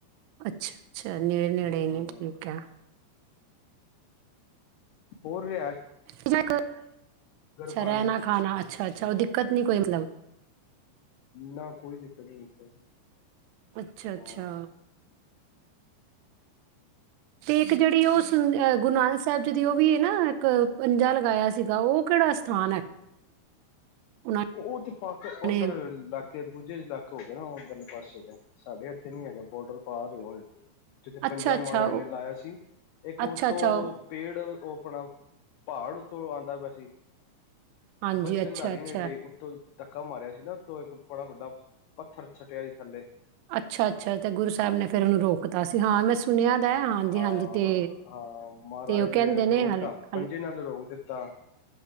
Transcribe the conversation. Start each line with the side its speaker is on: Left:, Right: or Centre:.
Right: ਅੱਛਾ ਅੱਛਾ। ਨੇੜੇ ਨੇੜੇ ਨੀ
Left: ਹਮ
Right: ਠੀਕ ਆ।
Left: ਹੋਰ ਵੀ
Right: ਅੱਛਾ
Left: ਪਾਣੀ
Right: ਰਹਿਣਾ ਖਾਣਾ ਅੱਛਾ ਅੱਛਾ ਉਹ ਦਿੱਕਤ ਨੀ ਕੋਈ ਮਤਲਬ।
Left: ਨਾ ਕੋਈ ਦਿੱਕਤ ਨੀ ਉੱਥੇ।
Right: ਅੱਛਾ ਅੱਛਾ।
Left: ਹਾਂ
Right: ਤੇ ਇੱਕ ਜਿਹੜੀ ਉਹ ਗੁਰੂ ਨਾਨਕ ਸਾਹਿਬ ਜੀ ਦੀ ਉਹ ਵੀ ਹੈ ਨਾ ਇੱਕ ਪੰਜਾ ਲਗਾਇਆ ਸੀਗਾ ਉਹ ਕਿਹੜਾ ਅਥਾਨ ਹੈ। ਉਹਨਾਂ
Left: ਉਹ ਤੇ ਪਾ ਕੇ ਉਧਰ
Right: ਨੇ
Left: ਦੂਜੇ ਇਲਾਕੇ ਹੋ ਗਏ ਨਾ ਉੱਧਰਲੇ ਪਾਸੇ ਦੇ ਸਾਡੇ ਇੱਥੇ ਨੀ ਹੈਗਾ ਬੋਡਰ ਪਾਰ। ਜਿੱਥੇ
Right: ਅੱਛਾ-ਅੱਛਾ
Left: ਪੰਜਾਬ ਮਹਾਰਾਜ
Right: ਉਹ
Left: ਨੇ ਲਾਇਆ ਸੀ ਇੱਕ
Right: ਅੱਛਾ-ਅੱਛਾ
Left: ਉੱਥੋਂ
Right: ਉਹ
Left: ਪੇੜ ਉਹ ਆਪਣਾ। ਪਹਾੜ ਉੱਤੋਂ ਆਉਂਦਾ ਪਿਆ ਸੀ।
Right: ਹਾਂਜੀ
Left: ਬਲੀ
Right: ਅੱਛਾ-ਅੱਛਾ
Left: ਗੰਧਾਰੀ ਨੇ ਡੇਗ ਦਿੱਤਾ ਤੋਂ ਧੱਕਾ ਮਾਰਿਆ ਸੀ ਨਾ ਉੱਤੋ ਇੱਕ ਬੜਾ ਵੱਡਾ ਪੱਥਰ ਸੱਟਿਆ ਸੀ ਥੱਲੇ।
Right: ਅੱਛਾ ਅੱਛਾ ਤੇ ਗੁਰੂ ਸਾਹਿਬ ਨੇ ਫਿਰ ਉਹਨੂੰ ਰੋਕਤਾ ਸੀ ਹਾਂ ਮੈਂ ਸੁਣਿਆ ਦਾ ਹਾਂਜੀ
Left: ਹਾਂ
Right: ਹਾਂਜੀ ਤੇ
Left: ਹਾਂ ਮਹਾਰਾਜ
Right: ਤੇ ਉਹ ਕਹਿੰਦੇ ਨੇ
Left: ਰੋਕਤਾ
Right: ਹਾਲ ਹਾਲ
Left: ਪੰਜੇ ਨਾਲ ਰੋਕ ਦਿੱਤਾ